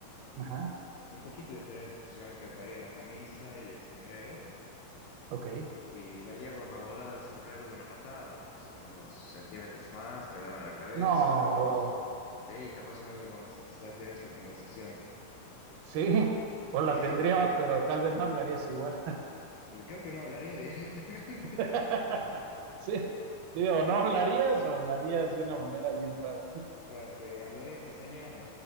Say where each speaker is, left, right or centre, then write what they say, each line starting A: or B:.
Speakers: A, on the right; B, on the left.
A: Ajá,
B: un poquito diferente, solamente varía la camisa y el sombrero.
A: ok.
B: y la yegua me ha volado el sombrero de una patada, o sea, unos centímetros más, me daba en la cabeza
A: No,
B: y sí, capaz no íbamos a estar en esta conversación.
A: sí, o la
B: Sí,
A: tendríamos, pero tal vez no hablarías igual.
B: creo que no hablaría <laughs> directamente.
A: <laughs> Sí, sí, o no hablarías o hablarías de una manera bien rara.
B: Claro, te hablaría pestañeando,